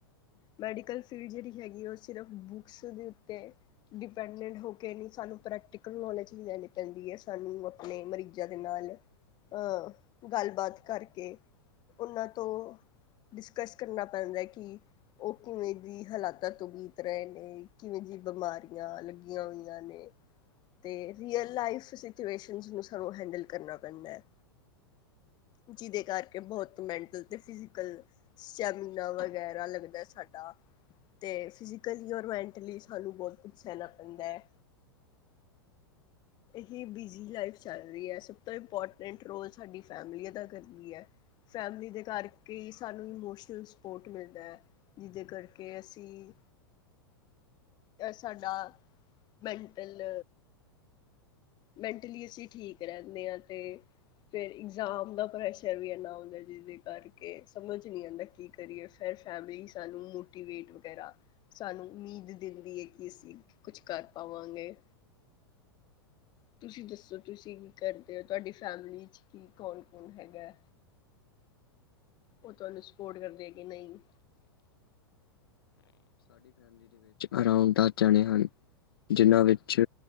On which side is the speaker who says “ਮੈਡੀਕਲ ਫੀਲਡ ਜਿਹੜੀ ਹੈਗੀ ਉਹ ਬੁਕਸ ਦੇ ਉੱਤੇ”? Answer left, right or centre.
Left